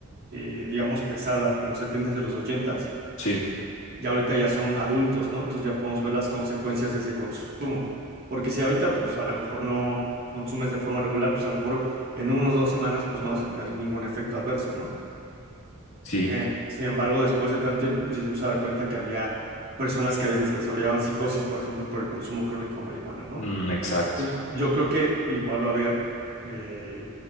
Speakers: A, on the right (about 45°); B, on the left (about 60°).
A: eh, digamos, pesada en los setentas s y los ochentas,
B: Sí,
A: ya ahorita ya son adultos, ¿no? Entonces ya podemos ver las consecuencias de ese consumo. Porque si ahorita, pues a lo mejor no consumes de forma regular, pues a lo mejor en unos dos semanas, pues no vas a tener ningún efecto adverso, ¿no?
B: sí,
A: Eh, sin embargo, después de tanto tiempo, pues ya se empezó a dar cuenta que había personas que habían desarrollaban psicosis, por ejemplo, por el consumo crónico de marihuana, ¿no?
B: mm, exacto.
A: Entonces, yo creo que igual va a haber, eh,